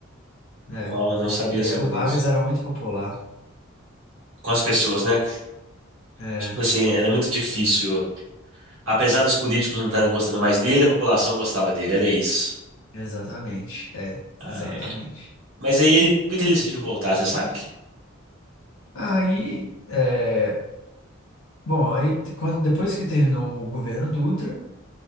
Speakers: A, on the left (about 80°); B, on the right (about 80°).
A: né?
B: Uau, eu não sabia
A: Ele,
B: sobre
A: o Vargas
B: isso.
A: era muito popular.
B: Com as pessoas, né?
A: É,
B: Tipo assim, era muito difícil. Apesar dos políticos não estarem gostando mais dele, a população gostava dele, era isso.
A: exatamente. É,
B: Ah,
A: exatamente.
B: é. Mas aí ele, por que que ele decidiu voltar, você sabe?
A: Aí, é, bom, aí quando, depois que terminou o governo Dutra,